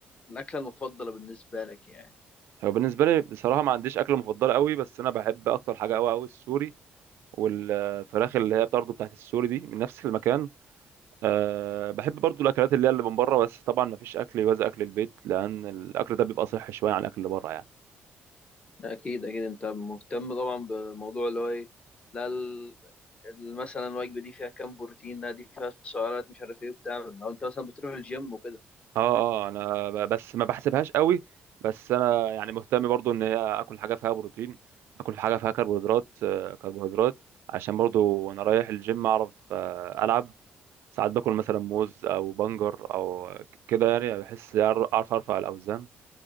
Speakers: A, on the left; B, on the right.
A: الاكله المفضله بالنسبه لك يعني
B: هو بالنسبه لي بصراحه ما عنديش اكله مفضله قوي بس انا بحب اكتر حاجه قوي قوي السوري والفراخ اللي هي برضه بتاعت السوري دي من نفس المكان أه بحب برضه الاكلات اللي هي اللي من بره بس طبعا ما فيش اكل يوازي اكل البيت لان الاكل ده بيبقى صحي شويه عن الاكل اللي بره يعني
A: اكيد اكيد انت مهتم طبعا بموضوع اللي هو ايه لا ال- ال- مثلا الوجبه دي فيها كام بروتين لا دي فيها سعرات مش عارف ايه وبتاع لو انت مثلا بتروح الجيم وكده
B: اه اه انا ب- بس ما بحسبهاش قوي بس انا يعني مهتم برضه ان هي اكل حاجه فيها بروتين اكل حاجه فيها كربوهيدرات آه، كربوهيدرات عشان برضه وانا رايح الجيم اعرف آه، العب ساعات باكل مثلا موز او بنجر او كده يعني يعني بحس أعر- اعرف ارفع الاوزان